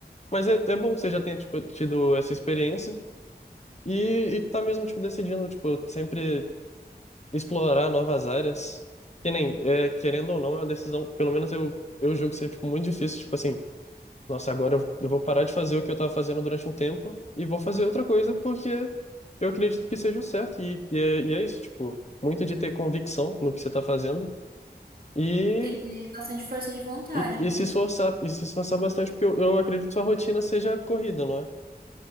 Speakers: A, on the left; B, on the right.
A: Mas é, é bom que você já tenha, tipo, tido essa experiência e, e tá mesmo, tipo, decidindo, tipo, sempre explorar novas áreas. Que nem, é, querendo ou não, é uma decisão, pelo menos eu, eu julgo ser, tipo, muito difícil, tipo assim, nossa, agora eu, eu vou parar de fazer o que eu tava fazendo durante um tempo e vou fazer outra coisa porque eu acredito que seja o certo e, e, é, e é isso, tipo, muito de ter convicção no que você tá fazendo. E
B: tem que ter bastante força de vontade,
A: E, e
B: viu?
A: se esforçar, e se esforçar bastante, porque eu, eu acredito que sua rotina seja corrida, não é?